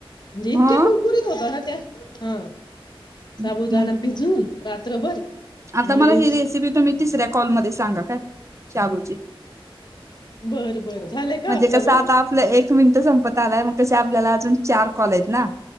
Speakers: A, on the left; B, on the right.
A: म्हणजे इतक्या
B: हो
A: कुरकुरीत होता ना <unintelligible>
B: <inaudible>
A: साबुदाना भिजून रात्रभर
B: आता
A: आणि
B: मला ही रेसिपी तुम्ही तिसऱ्या कॉल मध्ये सांगा काय शाबूची
A: बरं बरं झालाय का
B: म्हणजे
A: आपला
B: कस
A: वेळ?
B: आता आपला एक मिनिट संपत आलाय मग कस आपल्याला अजून चार कॉल आहेत ना.